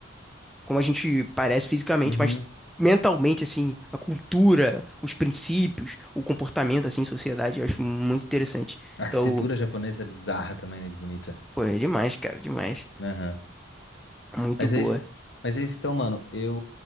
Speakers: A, in the centre; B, on the left.
A: como a gente parece fisicamente,
B: Uhum.
A: mas mentalmente, assim, a cultura, os princípios, o comportamento, assim, em sociedade, eu acho muito interessante.
B: A arquitetura
A: Então,
B: japonesa é bizarra também, né? De bonita.
A: pô, é demais, cara, demais.
B: Aham.
A: Muito
B: Mas
A: boa.
B: é isso. Mas é isso então, mano. Eu,